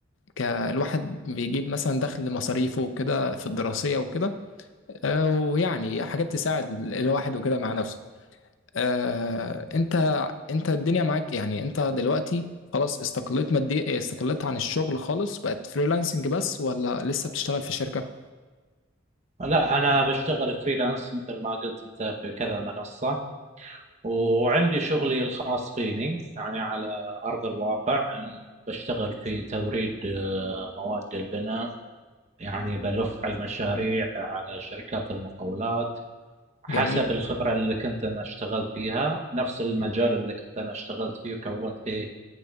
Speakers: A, on the left; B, on the right.
A: ك- الواحد بيجيب مثلا دخل مصاريفه وكده في الدراسية وكده آه، ويعني حاجات تساعد ال- الواحد وكده مع نفسه آه، انت انت الدنيا معاك يعني انت دلوقتي خلاص استقلت ماديا استقلت عن الشغل خالص بقت فريلانسنج بس ولا لسه بتشتغل في شركة
B: لا انا بشتغل فريلانس مثل ما قلت انت في كذا منصة وعندي شغلي الخاص فيني يعني على أرض الواقع أن بشتغل في توريد آه، مواد البناء يعني بلف على المشاريع على شركات المقاولات حسب
A: جميل
B: الخبرة اللي كنت أنا اشتغلت فيها نفس المجال اللي كنت أنا اشتغلت فيه وكونت فيه